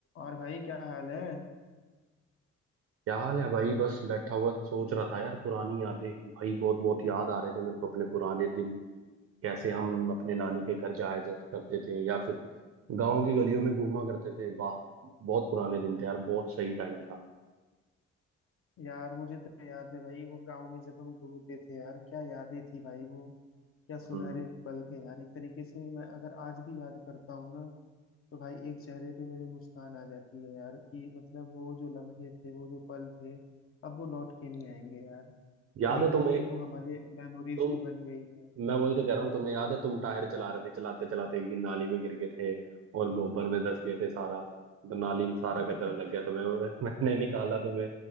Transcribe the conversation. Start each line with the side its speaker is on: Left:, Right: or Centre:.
Left: और भाई क्या हाल है
Right: क्या हाल है भाई बस बैठा हुआ सोच रहा था यार पुरानी यादें भाई बहुत बहुत याद आ रहे थे मेरे को अपने पुराने दिन कैसे हम अपने नानी के घर जाया जर- करते थे या फिर गांव की गलियों में घूमा करते थे वाह बहुत पुराने दिन थे यार बहुत सही टाइम था
Left: यार मुझे तो याद है भाई वो गांव में जब हम घूमते थे यार क्या यादें थी भाई वो क्या सुनहरे
Right: हम्म
Left: पल थे यार एक तरीके से मैं अगर आज भी याद करता हूँ ना तो भाई एक चेहरे पे मेरे मुस्कान आ जाती है यार कि मतलब वो जो लम्हे थे वो जो पल थे अब वो लौट के नहीं आएंगे यार
Right: याद
Left: कहीं
Right: है
Left: ना
Right: तुम्हें
Left: कहीं वो हमारे मेमोरीज
Right: तुम
Left: में बन गई है
Right: मैं वही तो कह रहा हूँ तुम्हें याद है तुम टायर चला रहे थे चलाते चलाते एक दिन नाली में गिर गए थे और गोबर में धंस गए थे सारा तो नाली में सारा
Left: <laughs>
Right: कचरा लग गया तुम्हें वो <laughs> मैंने निकाला तुम्हें